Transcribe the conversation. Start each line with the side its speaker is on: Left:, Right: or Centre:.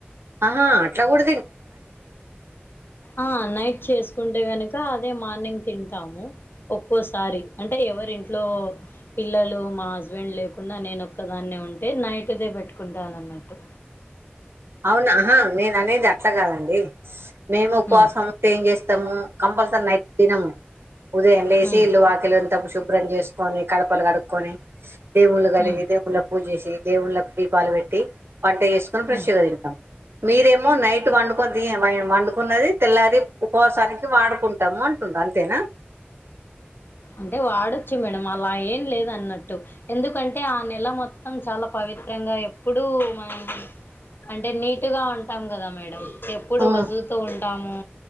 Right: ఆహా అట్లా కూడ
Left: ఆ నైట్ చేసుకుంటే గనుక అదే మార్నింగ్ తింటాము ఒక్కోసారి అంటే ఎవరింట్లో పిల్లలు మా హస్బెండ్ లేకుండా నేను ఒక్కదాన్నే ఉంటే నైట్దే పెట్టుకుంటాను అన్నట్టు
Right: అవునా ఆహా నేను అనేది అట్లా కాదండి మేము ఉపవాసం
Left: హ్మ్.
Right: ఏం చేస్తాము కంపల్సరీ నైట్ తినము ఉదయం లేసి
Left: హ్మ్.
Right: ఇల్లు వాకిలు అంత శుభ్రం చేసి కడుకొని కడపలు కడుకొని దేవుళ్ళు కడిగి
Left: హ్మ్.
Right: దేవుళ్ళ పూజ చేసి దేవుళ్లకు దీపాలు పెట్టి వంట చేసుకొని
Left: హ్మ్.
Right: తింటాం మీరేమో నైట్ వండుకని వండుకున్నది తెల్లారి ఉపవాసానికి వాడుకుంటాము అంటున్న అంతేనా
Left: అంటే వాడొచ్చు మేడం అలా ఏం లేదు అన్నట్టు ఎందుకంటే ఆ నెల మొత్తం చాలా పవిత్రంగా ఎప్పుడు మనం అంటే నీటుగా ఉంటాం కదా మేడం ఎప్పుడు
Right: ఉమ్,
Left: వజు తో ఉంట ము